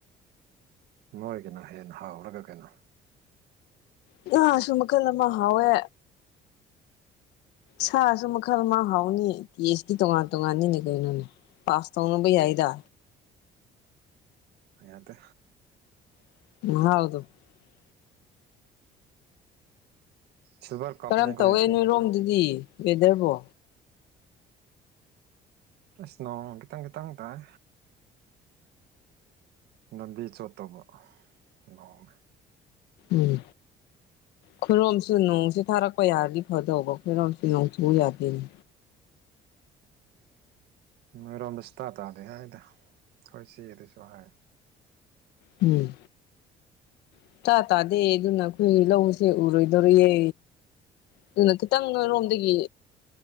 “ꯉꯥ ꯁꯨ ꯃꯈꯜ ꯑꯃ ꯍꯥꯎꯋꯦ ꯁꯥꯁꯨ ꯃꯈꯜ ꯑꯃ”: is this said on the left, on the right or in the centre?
Left